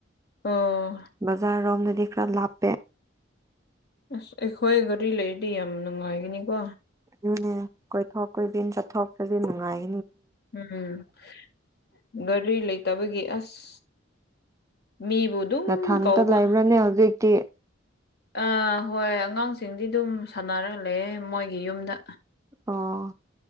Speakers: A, on the left; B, on the right.
A: ꯑꯣ
B: ꯕꯖꯥꯔ ꯔꯣꯝ ꯈꯔ ꯂꯥꯞꯄꯦ
A: ꯑꯁ ꯑꯈꯣꯏ ꯒꯥꯔꯤ ꯂꯩꯔꯗꯤ ꯌꯥꯝ ꯅꯨꯡꯉꯥꯏꯒꯅꯤꯀꯣ
B: ꯑꯗꯨꯅꯦ ꯀꯣꯏꯊꯣꯛ ꯀꯣꯏꯁꯤꯟ ꯆꯠꯊꯣꯛ ꯆꯠꯁꯤ ꯅꯨꯡꯉꯥꯏ
A: ꯎꯝ ꯒꯥꯔꯤ ꯂꯩꯇꯕꯒꯤ ꯑꯁ ꯃꯤꯕꯨ ꯑꯗꯨꯝ
B: ꯅꯊꯥꯟꯇ
A: ꯀꯧꯕ
B: ꯂꯩꯕ꯭ꯔꯥꯅꯦ ꯍꯧꯖꯤꯛꯇꯤ
A: ꯑꯥ ꯍꯣꯏ ꯑꯉꯥꯡꯁꯤꯡꯗꯤ ꯑꯗꯨꯝ ꯁꯥꯟꯅꯔꯒ ꯂꯩꯌꯦ ꯃꯣꯏꯒꯤ ꯌꯨꯝꯗ
B: ꯑꯣ